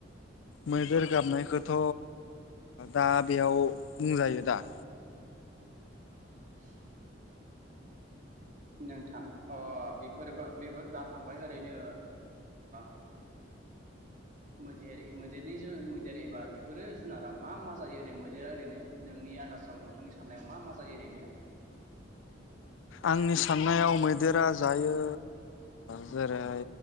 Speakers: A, on the left; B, on the right.
A: मैदेर गाबनायखौथ' दा बेयाव बुंजायो दा।
B: <inaudible> नोंथां बेफोर बेफोर दा थांबाय ओरैनो। <inaudible> मैदेर मैदेरनि मैदेर एबा बेफोरो जुनारा मा मा जायो ओरै मैदेरा ओरैनो नोंनि आन्दाराव नोंथांनि साननायाव मा मा जायो ओरैनो?
A: आंनि साननायाव मैदेरा जायो जेरै